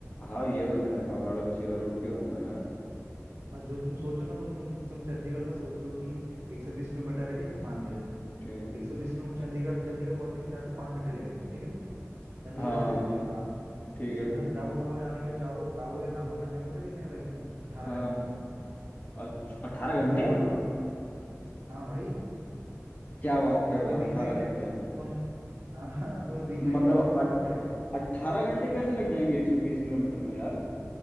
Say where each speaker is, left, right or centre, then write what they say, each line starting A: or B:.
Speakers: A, on the left; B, on the right.
A: हाँ ये तो है पहाड़ों पे सीधा रोड क्यों होगा यार
B: और जो तुम सोचो ना तुम तुम तुम चंडीगढ़ का सोच रहे हो कि 120 किलोमीटर है ठीक है मान लिया
A: ठीक है
B: 120 किलोमीटर चंडीगढ़ चंडीगढ़ पहुंचने के चार से पांच घंटे लगेंगे ठीक है चंडीगढ़
A: हाँ
B: से शिमला
A: ठीक है
B: शिमला से टावो नावो जाने में चावो टावो या नावो जाने में पता कितने लगेंगे अठारह
A: हाँ
B: घंटे
A: अच्छा अठारह
B: कितना
A: घंटे
B: किलोमीटर हाँ भाई
A: क्या बात कर
B: तो तुम्हें
A: रहे हो
B: बीच
A: अट्ठारह
B: में एक जगह
A: घंटे
B: तुम हाँ हाँ, तुम्हें बीच
A: मतलब
B: में एक जगह और रुकना
A: अट
B: पड़ेगा
A: अट्ठारह घंटे कैसे लग जाएंगे एक सौ बीस किलोमीटर में यार